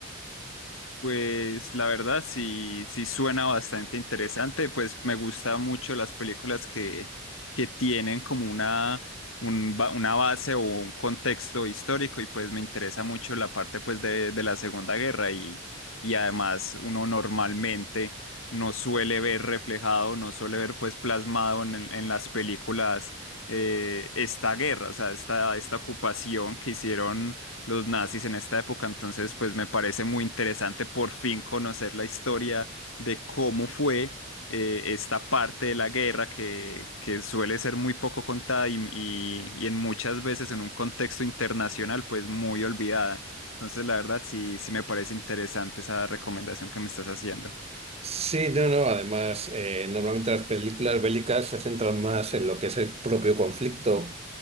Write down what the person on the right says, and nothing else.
Sí, no, no. Además, eh, normalmente las películas bélicas se centran más en lo que es el propio conflicto,